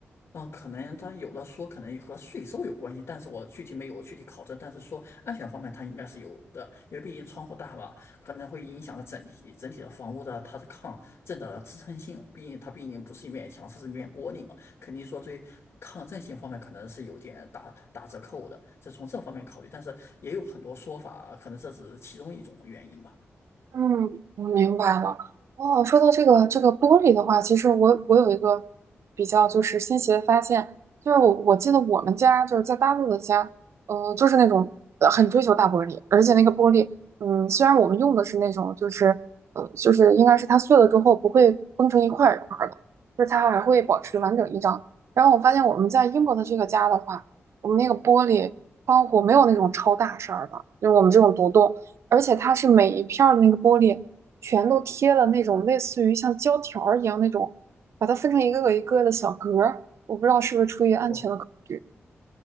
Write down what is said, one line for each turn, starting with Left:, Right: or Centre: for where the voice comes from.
Left: 嗯，呃可能他有的说可能也和税收有关系，但是我具体没有具体考证，但是说安全方面它应该是有的，因为毕竟窗户大吧，可能会影响了整体整体的房屋的它的抗震的支撑性，毕竟它毕竟不是一面墙，是一面玻璃嘛，肯定说对抗震性方面可能是有点打打折扣的，是从这方面考虑，但是也有很多说法，可能这只是其中一种原因吧。
Right: 嗯，我明白了。哦，说到这个这个玻璃的话，其实我我有一个比较就是新奇的发现，就是我我记得我们家就是在大陆的家，呃，就是那种呃很追求大玻璃，而且那个玻璃，嗯，虽然我们用的是那种就是呃就是应该是它碎了之后不会崩成一块儿一块儿的，就是它还会保持完整一张。然后我发现我们在英国的这个家的话，我们那个玻璃窗户没有那种超大扇儿的，就是我们这种独栋。而且它是每一片儿的那个玻璃全都贴了那种类似于像胶条儿一样那种，把它分成一个个一个的小格儿。我不知道是不是出于安全的考虑。
Left: 哦。